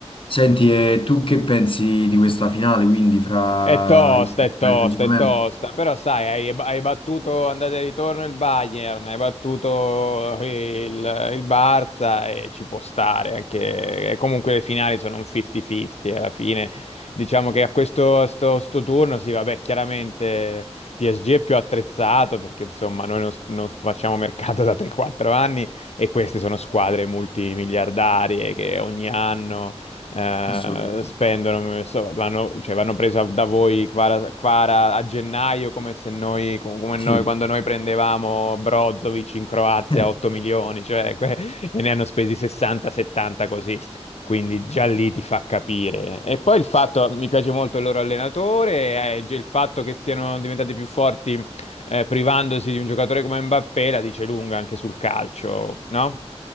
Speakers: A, on the left; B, on the left.
A: Senti, e tu che pensi di questa finale, quindi, fra
B: È tosta,
A: Inter
B: è
A: e
B: tosta,
A: Paris Saint-Germain?
B: è tosta. Però sai, hai, hai battuto andata e ritorno il Bayern, hai battuto il, il Barça e ci può stare anche. e comunque le finali sono un 50-50 alla fine. Diciamo che a questo a sto, sto turno, sì, vabbè, chiaramente il PSG è più attrezzato perché insomma noi non, s- non facciamo mercato da 3-4 anni e queste sono squadre multimiliardarie che ogni anno eh,
A: Assolutamente.
B: spendono, non so, vanno, cioè, vanno presa da voi Kvara, Kvara a gennaio come se noi, com- come noi
A: Sì,
B: quando noi prendevamo Brozovic in Croazia
A: <laughs> Eh,
B: a 8 milioni, cioè, que- e ne hanno spesi 60-70 così. Quindi già lì ti fa capire. E poi il fatto, mi piace molto il loro allenatore, eh, il fatto che siano diventati più forti eh, privandosi di un giocatore come Mbappé la dice lunga anche sul calcio, no?